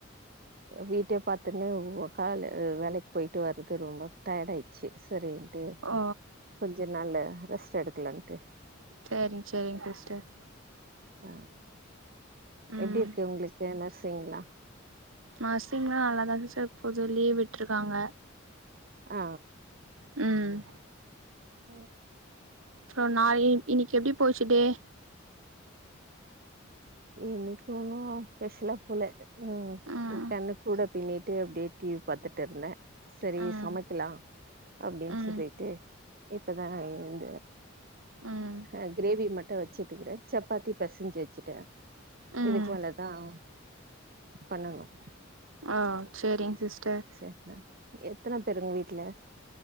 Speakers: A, on the right; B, on the right.
A: வீட்டே பாத்துன்னு ஒ காலு வேலைக்கு பொயிட்டு வர்றது ரொம்ப டயர்ட் ஆயிட்ச்சு சரிண்டு
B: ஒ
A: கொஞ்ச நாள் ரெஸ்ட் எடுக்கலன்ட்டு
B: சரிங் சரிங் சிஸ்டர்
A: ஆ
B: ம்
A: எப்டி இருக்கு உங்களுக்கு நர்சிங்லா
B: நர்சிங்ல்லா நல்லா தான் சிஸ்டர் போகுது லீவ் விட்டுருக்காங்க
A: ஆ
B: ம்
A: ம்
B: சோ நாளே இன்னைக்கு எப்டி போச்சு டே
A: இன்னைக்கு ஒன்னு ஸ்பெஷலா போல அ
B: ம்
A: ஓகே அண்ண கூட பின்னிட்டு அப்டியே டிவி பாத்துட்டு இருந்தேன் செரி
B: ம்
A: சமக்கலா அப்டின்னு
B: ம்
A: சொல்லிட்டு இப்ப தான் நான் எழுந்தேன்
B: ம்
A: ஆ கிரேவி மட்டும் வெச்சுட்டுக்கறேன் சப்பாத்தி பிசஞ்சு வெச்சுட்டேன்
B: ம்
A: இதுக்கு மேல தான் பண்ணணும்
B: அ சரிங் சிஸ்டர்
A: செர்தா எத்தன பேருங் வீட்டுல